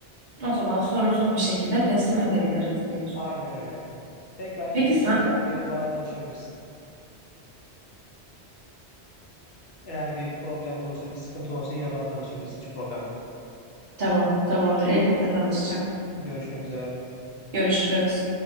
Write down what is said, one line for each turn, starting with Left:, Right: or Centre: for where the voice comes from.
Right: O zaman sorunsuz bir şekilde teslim edebiliriz diyorsun.
Left: Aynen öyle. Tekrar yine
Right: Peki
Left: bir şey
Right: sen?
Left: olursa beni, bana danışabilirsin. Eğer bir problem olursa, bir sıkıntı olursa yine bana danışabilirsin. Hiç problem yok.
Right: Tamam, tamamdır. Elbette danışacağım.
Left: Görüşmek üzere.
Right: Görüşürüz.